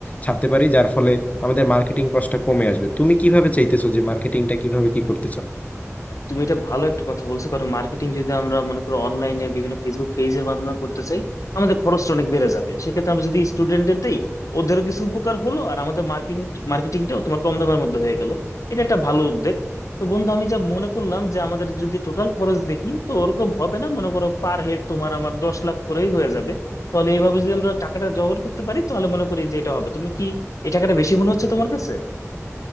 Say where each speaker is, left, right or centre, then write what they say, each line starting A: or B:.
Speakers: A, on the left; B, on the left.
A: ছাড়তে পারি যার ফলে আমাদের মার্কেটিং কস্টটা কমে আসবে তুমি কিভাবে চাইতেছো যে মার্কেটিংটা কিভাবে কি করতে চাও
B: তুমি এটা ভালো একটা কথা বলছো কারণ মার্কেটিং যদি আমরা মনে করো অনলাইনে বিভিন্ন ফেসবুক পেজের মাধ্যমে করতে চাই আমাদের খরচটা অনেক বেড়ে যাবে সেক্ষেত্রে আমরা যদি স্টুডেন্টদের দিই ওদেরও কিছু উপকার হলো আর আমাদের মার্কেটিং মার্কেটিংটাও তোমার কম দামের মধ্যে হয়ে গেল এটা একটা ভালো উদ্যোগ তো বন্ধু আমি যা মনে করলাম যে আমাদের যদি টোটাল খরচ দেখি তো ওরকম হবে না মনে করো পার হেড তোমার আমার দশ লাখ করেই হয়ে যাবে তাহলে এইভাবে যদি আমরা টাকাটা জোগাড় করতে পারি তাহলে মনে করি যে এটা হবে তুমি কি এই টাকাটা বেশি মনে হচ্ছে তোমার কাছে